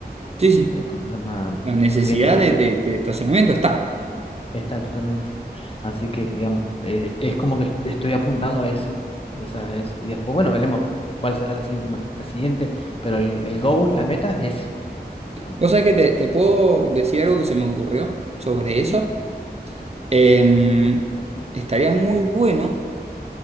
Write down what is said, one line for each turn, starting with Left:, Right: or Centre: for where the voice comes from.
Right: Sí, sí.
Left: eh, ¿cómo se llama?
Right: La necesidad
Left: Clientes todo
Right: de,
Left: el tiempo.
Right: de- de estacionamiento está.
Left: Está totalmente. Así que, digamos, eh, es como que estoy apuntando a eso. O sea, es, y después, bueno, veremos cuál será la siguiente, inver- la siguiente, pero el, el goal, la meta es ese, digamos.
Right: Vos sabés que te, te puedo decir algo que se me ocurrió sobre
Left: ¿Sí?
Right: eso. Em, estaría muy bueno.